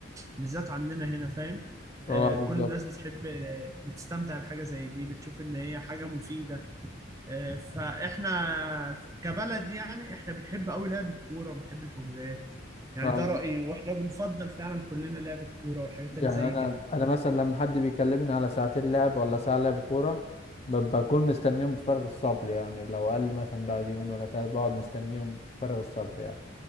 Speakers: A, on the right; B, on the left.
A: بالذات عندنا هنا فاهم آه،
B: اه بالظبط
A: كل الناس بتحب آه، بتستمتع بحاجة زي دي بتشوف ان هي حاجة مفيدة آه، فاحنا كبلد يعني احنا بنحب قوي لعب الكوره وبنحب الحجوزات يعني
B: آه.
A: ده رايي واحنا بنفضل فعلا كلنا لعب الكوره والحاجات اللي
B: يعني
A: زي
B: انا
A: كده
B: انا مثلا لما حد بيكلمني على ساعتين لعب ولا ساعه لعب كوره ب- بكون مستنيهم بفارغ الصبر يعني لو قال لي مثلا بعد يومين ولا ثلاثه بقعد مستنيهم بفارغ الصبر يعني